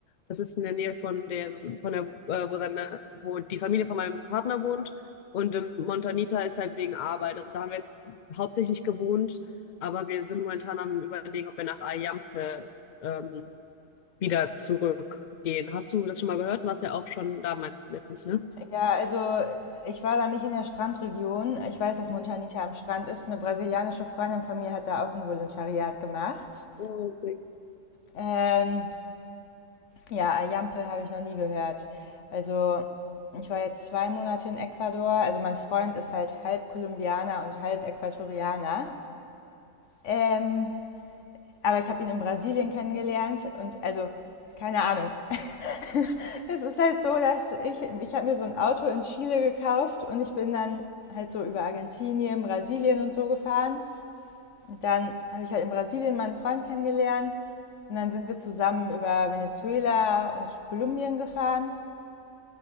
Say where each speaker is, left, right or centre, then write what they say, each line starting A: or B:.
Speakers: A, on the left; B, on the left.
A: Das ist in der Nähe von dem, von der, äh, wo seine, wo die Familie von meinem Partner wohnt. Und in Montanita ist halt wegen Arbeit. Also da haben wir jetzt hauptsächlich gewohnt, aber wir sind momentan am Überlegen, ob wir nach Ayampe, ähm, wieder zurückgehen. Hast du das schon mal gehört? Du warst ja auch schon da, meintest du letztens, ne?
B: Ja, also ich war da nicht in der Strandregion. Ich weiß, dass
A: Mhm.
B: Montanita am Strand ist. Eine brasilianische Freundin von mir hat da auch ein Volontariat gemacht.
A: Äh, Okay.
B: Ähm, Ja, Ayampe habe ich noch nie gehört. Also, ich war jetzt zwei Monate in Ecuador. Also, mein Freund ist halt halb Kolumbianer und halb Äquatorianer. Ähm, aber ich habe ihn in Brasilien kennengelernt und also, keine Ahnung. <laughs> es ist halt so, dass ich, ich habe mir so ein Auto in Chile gekauft und ich bin dann halt so über Argentinien, Brasilien und so gefahren. Und dann habe ich halt in Brasilien meinen Freund kennengelernt. Und dann sind wir zusammen über Venezuela und Kolumbien gefahren.